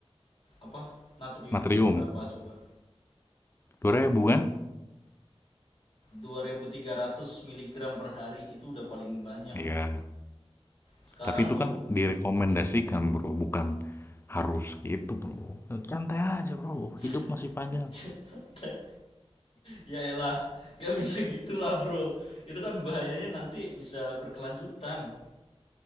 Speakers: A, on the left (about 60°); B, on the left (about 20°).
A: apa? Natrium
B: Natrium.
A: itu berapa coba?
B: dua ribu kan?
A: dua ribu tiga ratus miligram per hari itu udah paling banyak.
B: Iya.
A: Sekarang
B: Tapi itu
A: lu
B: kan direkomendasikan, Bro, bukan harus gitu, Bro. Santai aja, Bro.
A: <laughs>
B: Hidup masih panjang.
A: santai ya elah gak bisa gitulah bro itu kan bahayanya nanti bisa berkelanjutan